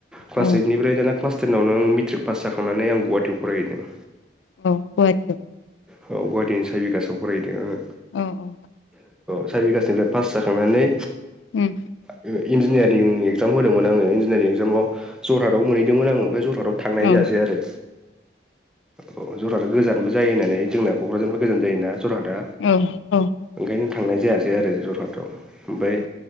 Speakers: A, in the centre; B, on the left.
A: क्लास
B: औ
A: ऐइदनिफ्राय दाना क्लास <unintelligible> मेट्रिक पास जाखांनानै आं गुवाहाटिआव फराय हैदों।
B: अ गुहाटिआव।
A: औ गुवाहाटिनि साय बिगासाव फराय हैदों आङो
B: औ-औ
A: साय बिगासनिफ्राय पास जाखांनानै
B: उम
A: इआव इनजिन <unintelligible> एकजाम होदोंमोन आंङो इनजिनारिं एकजामाव जरहादाव मोनहैदोंमोन‌ आङो आमफ्राय जर जरहादाव थांनाय
B: औ
A: जायासै आरो। अ जरहाटा गोजानबो जायो नालाय जोंना क'क्राझारनिफ्राय गोजानबो जायोना। जरहाटा
B: औ औ उम
A: ओंखायनो थांनाय जायासै आरो जरहाटाव। ओमफ्राय
B: औ